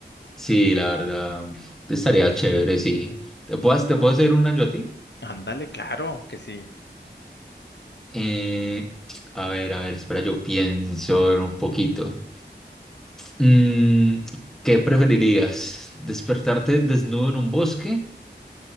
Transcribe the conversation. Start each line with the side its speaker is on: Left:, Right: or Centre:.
Centre: sí, la verdad, estaría chévere, sí. ¿Te puedo, te puedo hacer una yo a ti?
Left: Ándale, claro que sí.
Centre: Eh, a ver, a ver, espera, yo pienso un poquito. Mm, ¿qué preferirías? ¿Despertarte desnudo en un bosque,